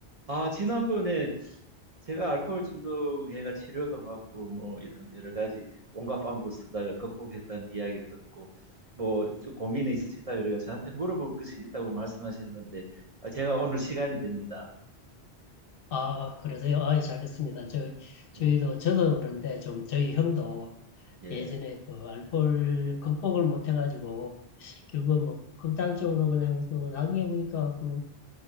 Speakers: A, on the right (about 40°); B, on the left (about 65°).
A: 아, 지난번에 제가 알코올 중독해가 치료도 받고 뭐 이런 여러 가지 온갖 방법을 쓰다가 극복했다는 이야기를 듣고 뭐 좀 고민이 있으시다 그래가 저한테 물어볼 것이 있다고 말씀하셨는데 아, 제가 오늘 시간이 됩니다.
B: 아, 그러세요? 아, 예, 잘했습니다. 저,
A: 예,
B: 저희도, 저도 그런데 좀 저희 형도
A: 예,
B: 예전에 그 알코올 극복을 못 해가지고 결국은 뭐 극단적으로 그냥 그 나중에 보니까 그,